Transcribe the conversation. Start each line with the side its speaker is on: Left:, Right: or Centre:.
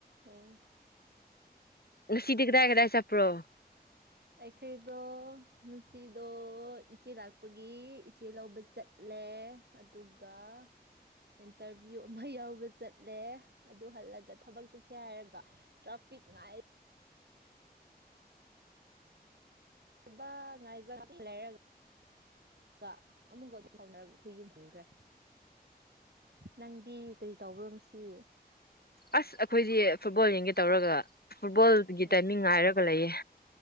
Right: ꯑꯦ
Left: ꯉꯁꯤꯗꯤ ꯀꯗꯥꯏ ꯀꯗꯥꯏ ꯆꯠꯄ꯭ꯔꯣ
Right: ꯑꯩꯈꯣꯏꯗꯣ ꯉꯁꯤꯗꯣ ꯏꯆꯦ ꯂꯥꯛꯄꯒꯤ ꯏꯆꯦ ꯂꯧꯕ ꯆꯠꯂꯦ ꯑꯗꯨꯒ ꯏꯟꯇꯔꯚꯤꯌꯨ ꯑꯃ ꯌꯥꯎꯕ ꯆꯠꯂꯦ ꯑꯗꯨ ꯍꯜꯂꯒ ꯊꯕꯛ ꯆꯠꯁꯦ ꯍꯥꯏꯔꯒ ꯇ꯭ꯔꯥꯐꯤꯛ ꯉꯥꯏ ꯕ ꯉꯥꯏꯕ ꯉꯥꯏꯍꯥꯛ ꯂꯩꯔꯒ ꯑꯃꯨꯛꯀ ꯑꯗꯨꯝ ꯇꯥꯎꯅꯔꯒ ꯑꯩꯈꯣꯏ ꯌꯨꯝꯍꯟꯈ꯭ꯔꯦ ꯅꯪꯗꯤ ꯀꯔꯤ ꯇꯧꯕ꯭ꯔꯣ ꯉꯁꯤ
Left: ꯑꯁ ꯑꯩꯈꯣꯏꯗꯤ ꯐꯨꯠꯕꯣꯜ ꯌꯦꯡꯒꯦ ꯇꯧꯔꯒ ꯐꯨꯠꯕꯣꯜꯒꯤ
Right: ꯑꯦ
Left: ꯇꯥꯏꯃꯤꯡ ꯉꯥꯏꯔꯒ ꯂꯩꯌꯦ